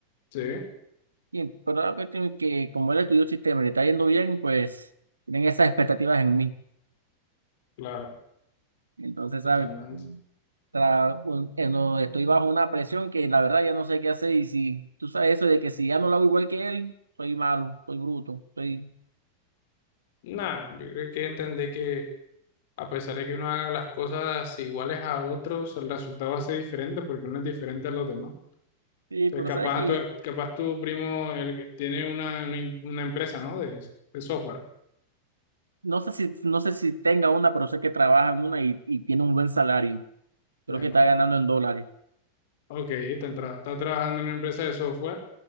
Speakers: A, on the left; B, on the right.
A: Sí,
B: Y, pero la cuestión es que como él estudió sistema y le está yendo bien, pues tienen esas expectativas en mí.
A: claro,
B: Entonces,
A: totalmente.
B: ¿sabes? Tra- un- eh, no, estoy bajo una presión que la verdad ya no sé qué hacer. Y si tú sabes eso de que si ya no lo hago igual que él, soy malo, soy bruto, soy...
A: Nada, yo creo que entender que a pesar de que uno haga las cosas iguales a otros, el resultado va a ser diferente porque uno es diferente a los demás.
B: Sí,
A: Entonces,
B: pero
A: capaz
B: sabes que
A: tu, capaz tu primo el que tiene una, una, in- una empresa, ¿no? De, de software.
B: no sé si, no sé si tenga una, pero sé que trabaja en una y, y tiene un buen salario.
A: Bueno,
B: Creo que está ganando en dólares.
A: ok, está, entra- está trabajando en una empresa de software